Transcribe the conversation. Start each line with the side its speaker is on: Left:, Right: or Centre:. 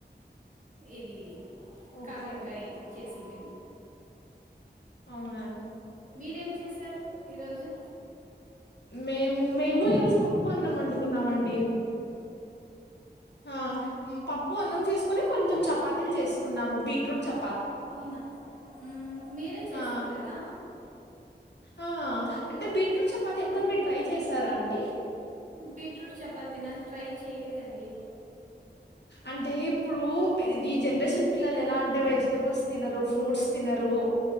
Right: ఇది
Left: ఓకే
Right: కాకరకాయ చేసింటిమీ
Left: అవునా
Right: మీరేం చేశారు ఈరోజు
Left: మేము మేము ఈరోజు పప్పు అన్నం వండుకున్నామండి ఆ పప్పు అన్నం చేసుకుొని కొంచెం చపాతీలు చేసుకున్నాము బీట్రూట్ చపా
Right: అవునా ఉమ్ మీరే చేసుకుంటారా
Left: ఆ ఆ అంటే బీట్రూట్ చపాతి ఎప్పుడన్న మీరు ట్రై చేశారా అండి
Right: బీట్రూట్ చపాతి నా ట్రై చేయలేదండి
Left: అంటే ఇప్పుడు ఈ జనరేషన్ పిల్లలు ఎలా అంటే వెజిటబుల్స్ తినరు ఫ్రూట్స్ తినరు